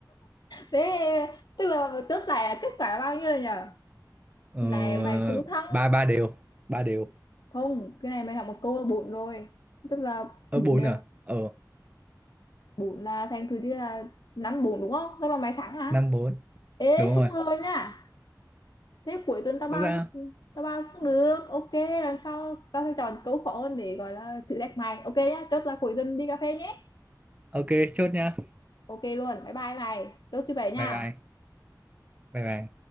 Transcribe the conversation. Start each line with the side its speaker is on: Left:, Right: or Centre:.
Left: thế tức là chốt lại là kết quả là bao nhiêu rồi nhở
Right: Ờ,
Left: này mày cũng thắng
Right: ba ba đều ba đều
Left: không cái này mày học một câu là bốn rồi tức là
Right: ở
Left: bốn
Right: bốn
Left: đều
Right: à ờ
Left: bốn là thành thứ thì là năm bốn đúng không tức là mày thắng hả
Right: năm bốn
Left: ê
Right: đúng
Left: không
Right: rồi
Left: ngờ nha thế cuối tuần tao bao
Right: Rõ ra
Left: cũng- tao bao cũng được ok lần sau tao sẽ chọn câu khó hơn để gọi là thử thách mày ok nhá chốt là cuối tuần đi cà phê nhé
Right: ok chốt nha
Left: ok luôn bye bye mày chốt như vậy nha
Right: bye bye bye bye